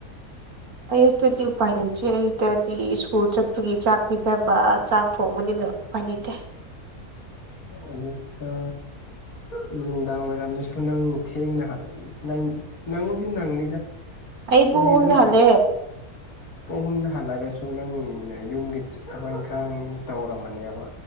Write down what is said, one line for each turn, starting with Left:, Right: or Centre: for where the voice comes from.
Right: ꯑꯌꯨꯛꯇꯗꯤ ꯎꯄꯥꯏ ꯂꯩꯇ꯭ꯦ ꯑꯌꯨꯛꯇꯗꯤ ꯁ꯭ꯀꯨꯜ ꯆꯠꯄꯒꯤ ꯆꯥꯛ ꯄꯤꯖꯕ ꯆꯥꯛ ꯊꯣꯡꯕꯅꯤꯅ ꯄꯥꯒꯤꯩꯇꯦ
Left: ꯎꯌꯨꯛꯇꯛꯇ ꯎ ꯅꯨꯡꯗꯥꯡ ꯋꯥꯏꯔꯝꯗꯁꯨ ꯅꯪ ꯊꯦꯡꯅ ꯅꯪ ꯅꯉꯣꯕꯤ ꯅꯪꯅꯤꯗ
Right: ꯑꯩ ꯄꯨꯡ
Left: ꯑꯗꯨꯗꯤ
Right: ꯑꯍꯨꯝꯗ
Left: ꯑꯗꯨꯝ
Right: ꯍꯜꯂꯦ
Left: ꯄꯨꯡ ꯑꯍꯨꯝꯗ ꯍꯜꯂꯒꯁꯨ ꯅꯪ ꯌꯨꯝꯒꯤ ꯊꯕꯛ ꯏꯪꯈꯥꯡ ꯇꯧꯔꯝꯕꯅꯦꯕ